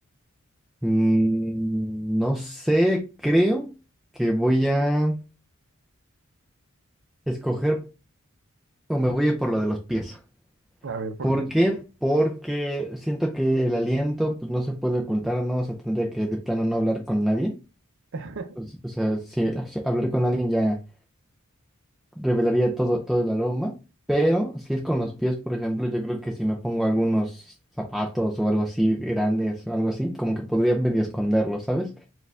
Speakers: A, in the centre; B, on the right.
A: Mm, no sé, creo que voy a escoger o me voy a ir por lo de los pies.
B: A ver, ¿por
A: ¿Por
B: qué?
A: qué? Porque siento que el aliento pues, no se puede ocultar, ¿no? O sea, tendría que de plano no hablar con nadie.
B: <laughs>
A: Pues, O sea, si si hablar con alguien ya. revelaría todo, todo el aroma, pero si es con los pies, por ejemplo, yo creo que si me pongo algunos zapatos o algo así grandes o algo así, como que podría medio esconderlos, ¿sabes?